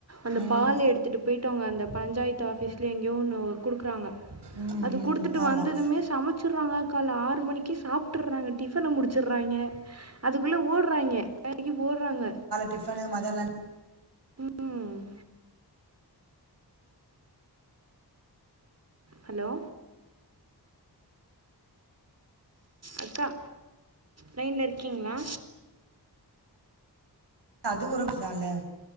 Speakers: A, on the right; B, on the right.
A: அந்த
B: ம்
A: பால் எடுத்துட்டு பேய்ட்டு வாங்க அந்த பஞ்சாயத்து ஆபிஸ்லயே எங்யோ ஒன்னு குடுக்குறாங்க
B: ம் ம்
A: அது குடுத்துட்டு
B: ஆமாம்
A: வந்ததுமே சமச்சறாங்க கால ஆறு து மணிக்கு சாப்ட்டுறாங்க டிபன முடிச்சிறாய்ங்க அதுக்குள்ள ஓட்றாய்ங்கே வேலைக்கி ஓட்றாங்க
B: டிபனு மதியாண லஞ்
A: ம் ஹலோ அக்கா லைன்ல இருக்கீங்ளா
B: அது ஒருப் சால